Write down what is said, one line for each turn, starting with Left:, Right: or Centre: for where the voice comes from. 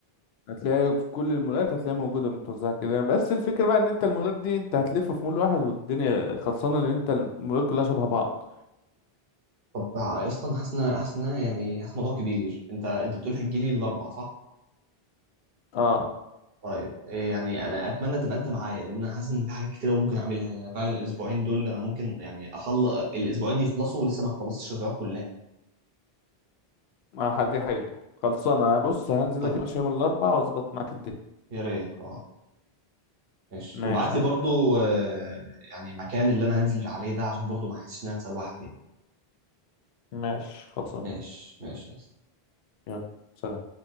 Left: هتلاقي في كل المولات هتلاقي موجودة متوزعة كده بس الفكرة بقى ان انت المولات دي انت هتلف في مول واحد والدنيا خلصانة لان انت المولات كلها شبه بعض
Right: طب يا اسطى انا حاسس ان حاسس ان أنا يعني حاسس الموضوع كبير انت انت بتقول هتجي لي الاربع صح؟
Left: اه
Right: طيب إيه يعني انا اتمنى تبقى انت معايا لان انا حاسس ان في حاجات كتير أوي ممكن اعملها يعني فعلا الاسبوعين دول انا ممكن يعني اخلص الاسبوعين يخلصوا ولسه ما خلصتش الرياض كلها
Left: ما ح- دي حقيقة خلصانة انا بص هنزل
Right: طيب
Left: لك يا باشا يوم الاربعاء واظبط معاك الدنيا
Right: يا ريت اه ماشي
Left: ماشي
Right: وابعت لي
Left: يا
Right: برضو
Left: معلم
Right: آه، يعني المكان اللي انا هنزل عليه ده عشان برضو ما احسش انها اتسوحت يعني
Left: ماشي خلصانة
Right: ماشي ماشي
Left: يلا سلام